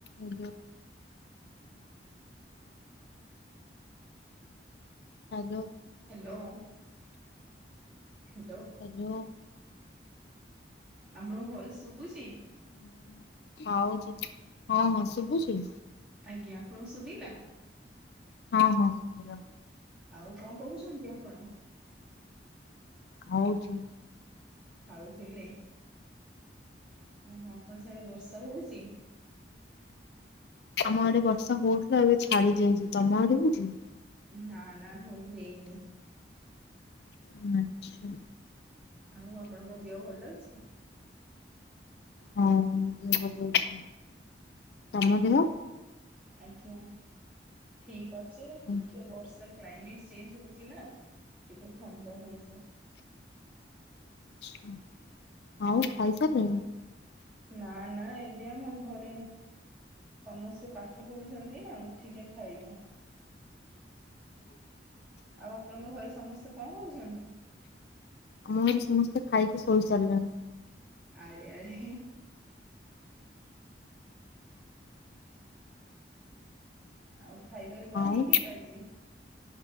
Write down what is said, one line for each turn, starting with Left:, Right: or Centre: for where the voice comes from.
Left: ଏ ଯୋଉ hello.
Centre: Hello. Hello.
Left: ଏ ଯୋଉ
Centre: ଆମଣଙ୍କ ଭଏସ୍‌ ଶୁଭୁଛି?
Left: ହୁଁ ଖାଉଛି ହଁ ହଁ ଶୁଭୁଛି।
Centre: ଆଜ୍ଞା ଆପଣଙ୍କୁ ଶୁବିଲା?
Left: ହଁ ହଁ ସୁଭିଲା।
Centre: ଆଉ କଣ କରୁଛନ୍ତି ଆପଣ?
Left: ଖାଉଛି।
Centre: ଖାଉଥିଲେ ଓହୋ ଆପଣ ସାଡ଼େ ବର୍ଷା ହୋଉଛି?
Left: ଆମ ଆଡ଼େ ବର୍ଷା ହୋଉଥିଲା ଏବେ ଛାଡି ଯାଇଛି। ତମ ଆଡ଼େ ହଉଛି?
Centre: ନାଁ ନାଁ ହୋଇ ହେଇନି।
Left: ହୁଁ ଆଚ୍ଛା।
Centre: ଆଉ ଆପଣଙ୍କ ଦେହ ଭଲ ଅଛି?
Left: ହଁ ମୋ ଦେହ ଭଲ ଅଛି। ତମ ଦେହ?
Centre: ଆଜ୍ଞା ଠିକ୍ ଅଛି
Left: ହଁ।
Centre: ଟିକେ ବର୍ଷା କ୍ଲାଇମେଟ୍ ଚେଞ୍ଜ୍ ହଉଛି ନାଁ। ଟିକେ ଥଣ୍ଡା ହେଇସା।
Left: ଛୁଁ ଆଉ ଖାଇସାରିଲେଣି?
Centre: ନାଁ ନାଁ ଏବେ ଆମ ଘରେ ସମସ୍ତେ ପାଠ ପଢ଼ୁଛନ୍ତି ନାଁ ଆଉ। ଠିଲେ ଖାଇବୁ। ଆଉ ଆପଣଙ୍କ ଘରେ ସମସ୍ତେ କଣ ଭାବୁଛନ୍ତି?
Left: ଆମ ଘରେ ସମସ୍ତେ ଖାଇକି ଶୋଇସାରିଲେଣି।
Centre: ଆରେ ଆରେ ଆଉ ଖାଇବାରେ କ, ଣ
Left: ଆଉ
Centre: ହେଇଥିଲା ଆଜି?